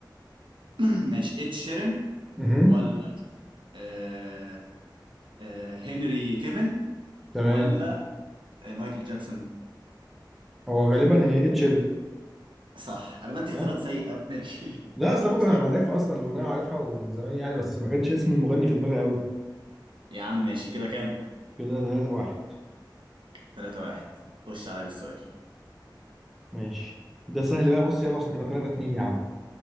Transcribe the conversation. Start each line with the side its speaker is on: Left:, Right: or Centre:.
Right: <clears throat> ماشي إد شيرين
Centre: اها
Right: ولا آه آه هنري كيفن
Centre: تمام
Right: ولا آه مايكل جاكسون
Centre: هو غالبا هي اتشيرت
Right: صح أنا بدي
Centre: صح؟
Right: اختيارات سيئة أوي <laughs> ماشي
Centre: لا اصل ممكن
Right: صح
Centre: انا عارفها اصلا الاغنيه عارفها ومن زمان يعني بس ما كانش اسم المغني في دماغي قوي
Right: يا عم ماشي كده كام؟
Centre: كده 3 1
Right: 3 1 خش عليا بالسؤال
Centre: ماشي ده سهل بقى بص يلا عشان تبقى 3 2 يا عم